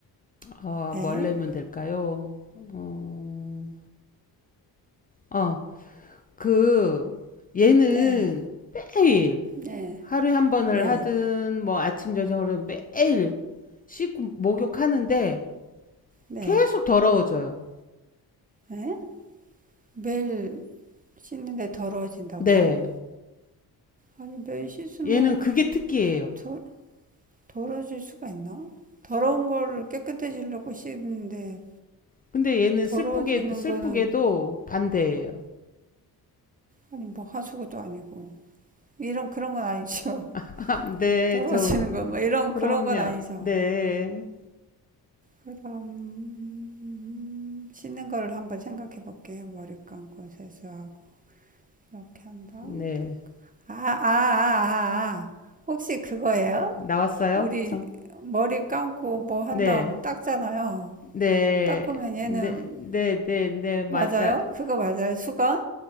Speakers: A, on the left; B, on the right.
A: 어,
B: 네
A: 뭘 내면 될까요? 어, 어, 그 얘는
B: 네
A: 매일
B: 네
A: 하루에 한 번을
B: 네
A: 하든 뭐 아침 저녁으로 매일 씻고 목욕하는데
B: 네
A: 계속 더러워져요.
B: 네? 매일 씻는데 더러워진다고요?
A: 네.
B: 아니 매일 씻으면
A: 얘는 그게 특기예요.
B: 더, 더러질 수가 있나? 더러운 거를 깨끗해지려고 씻는데
A: 근데 얘는
B: 더러워지는
A: 슬프게 슬프게도
B: 거는
A: 반대예요.
B: 아니 뭐 하수구도 아니고 이런 그런 건 아니죠.
A: <laughs> 아, 네,
B: <laughs> 더러워지는
A: 저
B: 거 뭐 이런
A: 그럼요.
B: 그런 건 아니죠.
A: 네.
B: 그럼 씻는 거를 한번 생각해 볼게요. 머리 감고 세수하고 이렇게 한 다음
A: 네.
B: 아아아아 아, 아. 아. 아, 아. 혹시 그거예요?
A: 나왔어요?
B: 우리
A: 정.
B: 머리 감고 뭐 한
A: 네.
B: 다음 닦잖아요.
A: 네.
B: 닦으면 얘는
A: 네, 네, 네, 네, 맞아.
B: 맞아요. 그거 맞아요. 수건?